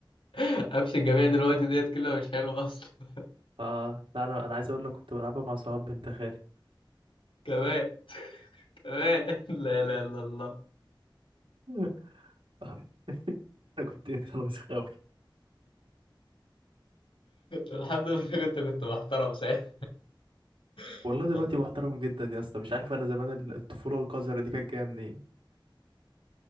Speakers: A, on the left; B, on the right.
A: <laughs> قفش الجميع دلوقتي ديت كلها مش حلوة أصلا <laughs>
B: اه لا انا انا عايز اقول لك كنت بلعبها مع صحاب بنت خالي
A: كمان كمان لا لا لا الله
B: <laughs> آه. <laughs> انا كنت انت انا مش خاوي
A: الحمد لله كنت كنت محترم ساعتها <laughs>
B: والله دلوقتي
A: والله
B: محترم جدا يا اسطى مش عارف انا زمان ال- الطفوله القذره دي كانت جايه منين